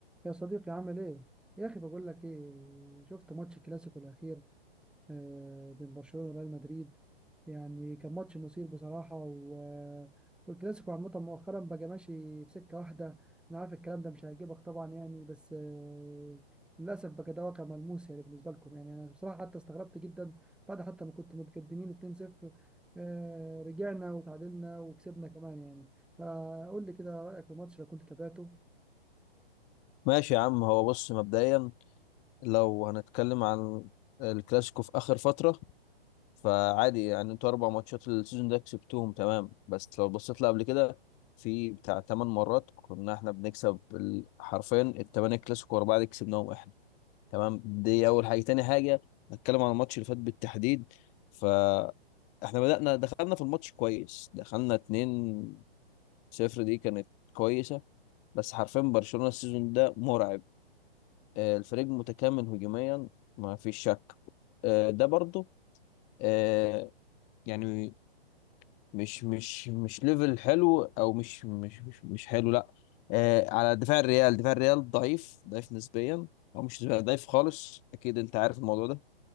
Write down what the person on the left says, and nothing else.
ماشي يا عم هو بص مبدئيا لو هنتكلم عن الكلاسيكو في آخر فترة فعادي يعني انتوا أربع ماتشات السيزون ده كسبتوهم تمام بس لو بصيت لها قبل كده في بتاع تمن مرات كنا احنا بنكسب ال- حرفيا التمانية كلاسيكو ورا بعض كسبناهم احنا تمام دي أول حاجة تاني حاجة هنتكلم عن الماتش اللي فات بالتحديد ف احنا بدأنا دخلنا في الماتش كويس دخلنا 2 صفر دي كانت كويسة بس حرفيا برشلونة السيزون ده مرعب آه، الفريق متكامل هجوميا ما فيش شك آه، ده برضو آه، يعني مش مش مش ليفل حلو او مش مش مش, مش حلو لا آه، على دفاع الريال دفاع الريال ضعيف ضعيف نسبيا او مش ضعيف خالص اكيد انت عارف الموضوع ده